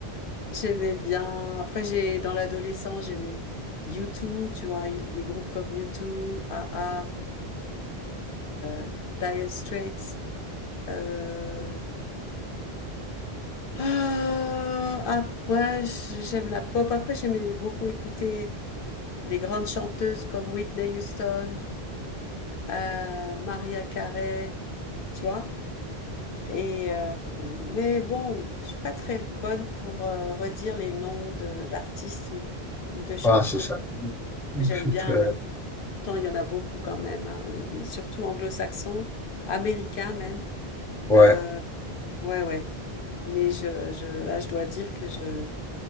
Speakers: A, on the left (about 65°); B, in the centre.
A: J'aimais bien. Après, j'ai dans l'adolescence, j'aimais U2, tu vois, les groupes comme u deux, A A euh, Dire Straits. euh, ah, après, j- j'aime la pop. Après, j'aimais beaucoup écouter les grandes chanteuses comme Whitney Houston, euh, Mariah Carey, tu vois. Et euh, mais bon, je suis pas très bonne pour euh, redire les noms de d'artistes ou, ou de chansons
B: Ah, c'est ça.
A: que, que
B: Je
A: j'aime
B: suis
A: bien,
B: très...
A: mais pourtant il y en a beaucoup quand même, hein, des, surtout anglo-saxons, américains même.
B: Ouais.
A: Euh, ouais, ouais. Mais je, je, là, je dois dire que je,